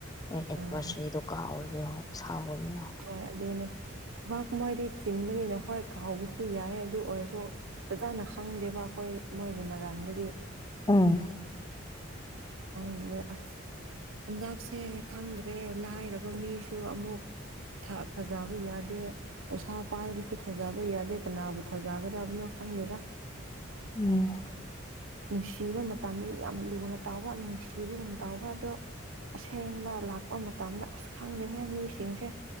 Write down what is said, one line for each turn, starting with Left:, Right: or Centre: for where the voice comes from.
Left: ꯍꯣꯏ ꯑꯦꯅꯤꯚꯔꯁꯔꯤꯗꯣ
Right: ꯎꯝ
Left: ꯀꯥꯎꯔꯗꯤ ꯍꯣꯏ ꯁꯥꯎꯒꯅꯤꯅ
Right: ꯍꯣꯏ ꯑꯗꯨꯅꯦ ꯊꯕꯥꯛ ꯃꯣꯏꯗꯤ ꯆꯤꯟꯕꯅꯤꯅ ꯍꯣꯏ ꯀꯥꯎꯕ ꯁꯨ ꯌꯥꯏ ꯑꯗꯨ ꯑꯣꯏꯔꯁꯨ ꯐꯖꯅ ꯈꯪꯗꯦꯕ ꯑꯩꯈꯣꯏ ꯃꯣꯏꯒꯤ ꯃꯔꯝꯗꯗꯤ
Left: ꯎꯝ
Right: ꯑ ꯑꯁ ꯍꯟꯗꯛꯁꯦ ꯈꯪꯗ꯭ꯔꯦ ꯂꯥꯏꯔꯕ ꯃꯤꯁꯨ ꯑꯃꯨꯛ ꯊꯥꯖꯕ ꯌꯥꯗꯦ ꯄꯩꯁꯥ ꯄꯥꯏꯕꯁꯨ ꯊꯥꯖꯕ ꯌꯥꯗꯦ ꯀꯅꯥꯕꯨ ꯊꯥꯖꯒꯗꯕꯅꯣ ꯈꯪꯗꯦꯗ
Left: ꯎꯝ
Right: ꯅꯨꯡꯁꯤꯕ ꯃꯇꯝꯗꯗꯤ ꯌꯥꯝ ꯂꯨꯅ ꯇꯥꯎꯕ ꯅꯨꯡꯁꯤꯕꯒꯨꯝ ꯇꯥꯎꯕ ꯑꯗꯣ ꯑꯁꯦꯡꯕ ꯂꯥꯛꯄ ꯃꯇꯝꯗ ꯑꯁ ꯈꯪꯗꯦ ꯃꯤꯁ ꯁꯤꯡꯁꯦ